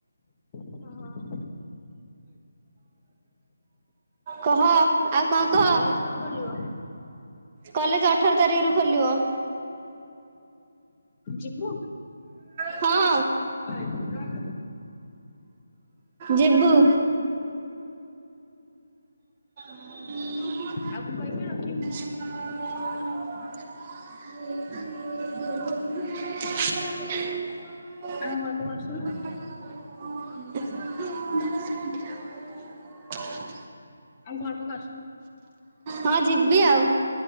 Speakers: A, on the left; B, on the right.
A: ଓହୋ
B: କହ? ଆଉ କଣ କହ
A: କଲେଜ କେବେ ଖୋଲିବ?
B: କଲେଜ୍ ଅଠର ତାରିଖରୁ ଖୋଲିବ।
A: ଯିବୁ?
B: ହଁ
A: ଆଉ କଣ
B: ଯିବୁ। <unintelligible>
A: ଆଉ କ କହିବେ ରଖିବି?
B: <unintelligible> <unintelligible>
A: ଆଁ ଭଲକୁ ଆସୁନ।
B: <unintelligible>
A: ଆଉ ଘରୁକୁ ଆସୁନୁ।
B: ହଁ ଯିବି ଆଉ।